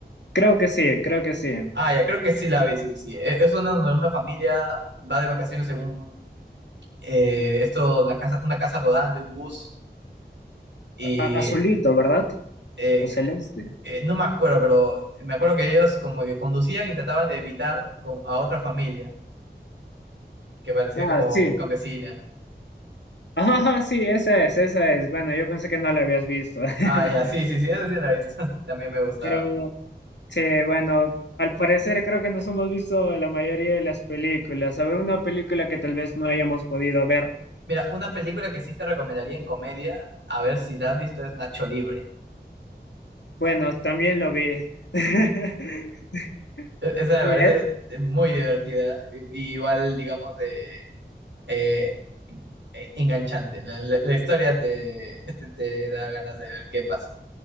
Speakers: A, on the left; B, on the right.
A: Creo que sí, creo que sí.
B: Ah, ya, creo que sí la vi, sí, sí. E- Es una, una una familia, va de vacaciones en un, eh, esto, la casa, una casa rodante, un bus, y
A: A- azulito, ¿verdad?
B: eh,
A: O celeste.
B: eh, no me acuerdo, pero me acuerdo que ellos como que conducían y trataban de evitar con, a otra familia que parecía
A: Ah,
B: como
A: sí.
B: campesina.
A: Ah, sí, esa es, esa es. Bueno, yo pensé que no la habías visto. <laughs>
B: Ah, ya, sí, sí, sí, esa sí la he visto, <laughs> también me gustaba.
A: Pero sí, bueno, al parecer creo que nos hemos visto la mayoría de las películas. A ver, una película que tal vez no hayamos podido ver.
B: Mira, una película que sí te recomendaría en comedia, a ver si la has visto, es Nacho Libre.
A: Bueno, también lo vi. <laughs>
B: E- Esa me
A: Sí,
B: parece eh, muy divertida, y- y igual, digamos, de, eh, eh, enganchante. La, la- la historia te, <laughs> te te da ganas de ver qué pasa.